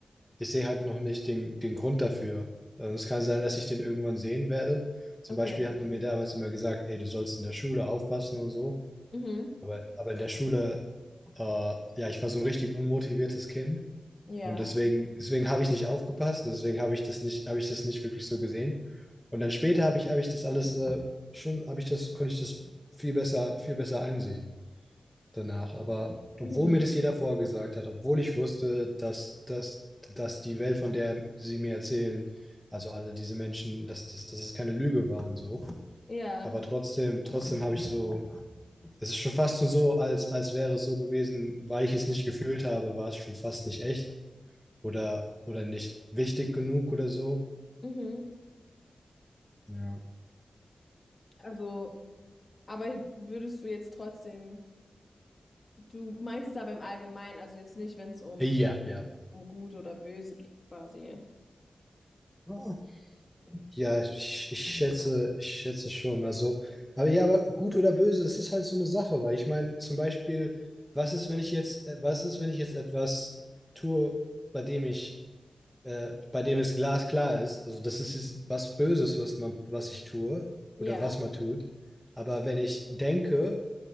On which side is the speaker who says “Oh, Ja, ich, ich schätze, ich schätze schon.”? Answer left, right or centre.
Centre